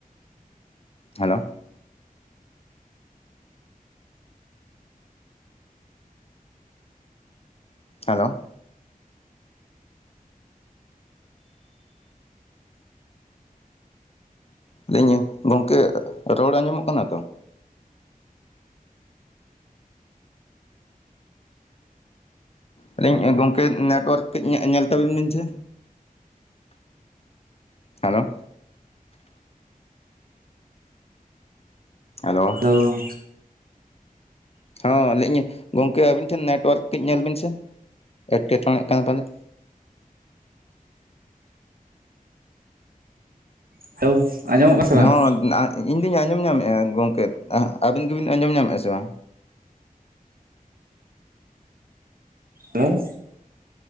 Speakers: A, on the left; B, on the right.
A: ᱦᱮᱞᱳ ᱦᱮᱞᱳ ᱞᱟᱹᱭᱤᱧ ᱜᱚᱝᱠᱮ ᱨᱚᱲ ᱟᱸᱡᱚᱢᱚᱜ ᱠᱟᱱᱟ ᱛᱚ? ᱟᱹᱞᱤᱧ ᱜᱚᱝᱠᱮ ᱱᱮᱴᱳᱣᱟᱨᱠ ᱠᱟᱹᱡ ᱧᱮ ᱧᱮᱞ ᱛᱟᱹᱵᱤᱱ ᱥᱮ᱾ ᱦᱮᱞᱳ ᱦᱮᱞᱳ
B: <unintelligible>
A: ᱦᱚᱸ ᱞᱟᱹᱭᱮᱫᱟᱹᱧ ᱜᱚᱝᱠᱮ ᱟᱹᱵᱤᱱ ᱴᱷᱮᱱ ᱱᱮᱴᱣᱟᱨᱠ ᱠᱟᱹᱡ ᱧᱮᱞ ᱵᱤᱱ ᱥᱮ, ᱮᱴᱠᱮᱴᱚᱬᱮᱜ ᱠᱟᱱᱟ ᱯᱟᱞᱮ᱾
B: <unintelligible> ᱵᱟᱝ
A: ᱦᱚᱸ ᱤᱧᱫᱚᱧ ᱟᱸᱡᱚᱢ ᱧᱟᱢᱮᱜᱼᱟ ᱜᱚᱝᱠᱮ ᱟᱹᱵᱤᱱ ᱜᱮᱵᱤᱱ ᱟᱸᱡᱚᱢ ᱧᱟᱢᱮᱜᱼᱟ ᱥᱮ ᱵᱟᱝ?
B: ᱦᱮᱞᱳ